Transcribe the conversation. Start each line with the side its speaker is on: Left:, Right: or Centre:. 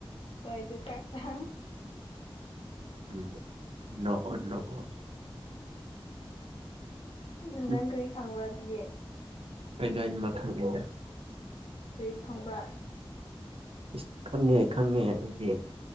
Left: ꯍꯣꯏꯗꯨ ꯀꯥꯟꯗ
Right: ꯎꯝ ꯅꯣꯛꯑꯣ ꯅꯣꯛꯑꯣ
Left: ꯎ ꯅꯪ
Right: ꯎꯝ
Left: ꯀꯔꯤ ꯈꯪꯕ꯭ꯔꯥ ꯑꯗꯨꯗꯤ
Right: ꯑꯩ ꯂꯣꯏꯅꯃꯛ ꯈꯪꯉꯦꯗ
Left: ꯀꯔꯤ ꯈꯪꯕꯔꯥ
Right: ꯏꯁ ꯈꯪꯉꯦ ꯈꯪꯉꯦ ꯑꯩꯗꯤ